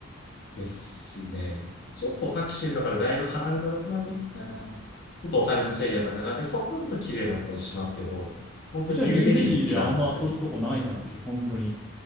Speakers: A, on the left (about 50°); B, in the centre.
A: うですね。ちょっとタクシーだからだいぶ離れたとこまで行ったら、ちょっとお金持ちエリアとかがあって、そこはちょっと綺麗だったりしますけど、本当にニューデリーに木があるあたり、
B: え、じゃあニューデリーであんま遊ぶとこない感じ、本当に。